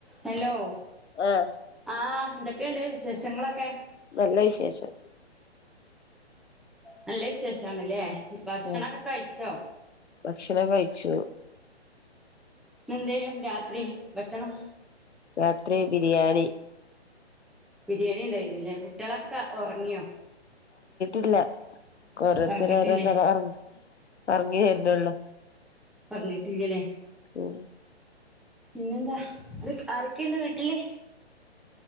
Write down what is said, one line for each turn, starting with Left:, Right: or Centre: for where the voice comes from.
Centre: ഹലോ
Left: ആഹ്
Centre: ആ എന്തൊക്കെയുണ്ട് വിശേഷങ്ങളൊക്കെ
Left: നല്ല വിശേഷം
Centre: നല്ല വിശേഷണല്ലേ ഭക്ഷണൊക്കെ
Left: ആഹ്
Centre: കഴിച്ചോ
Left: ഭക്ഷണം കഴിച്ചു
Centre: ന്തേനു രാത്രി ഭഷണം
Left: രാത്രി ബിരിയാണി
Centre: ബിരിയാണി ഉണ്ടായിരുന്നല്ലേ കുട്ട്യോളൊക്കെ ഒറങ്ങിയോ
Left: ഇല്ല ഓരോത്തര്
Centre: ഉറങ്ങിട്ടില്ലേ
Left: ഓരോത്തര് ഒറങ്ങി ഒറങ്ങി വരുന്നുള്ളു
Centre: ഒറങ്ങിട്ടില്ലല്ലേ
Left: ഉം
Centre: പിന്നെന്താ ആരൊക്കെയുണ്ട് വീട്ടില്